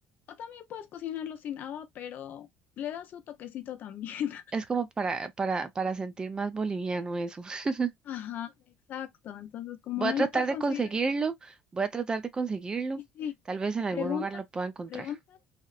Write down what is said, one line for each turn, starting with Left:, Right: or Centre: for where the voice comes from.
Left: o también puedes cocinarlo sin agua, pero le da su toquecito también.
Right: Es como para, para, para sentir más boliviano eso. <laughs>
Left: <laughs> Ajá, exacto. Entonces, como
Right: Voy
Left: no
Right: a tratar
Left: lo puedes
Right: de
Left: conseguir
Right: conseguirlo.
Left: allá,
Right: Voy a tratar de conseguirlo.
Left: sí, sí.
Right: Tal vez en algún
Left: Preguntas,
Right: lugar lo pueda encontrar.
Left: preguntas,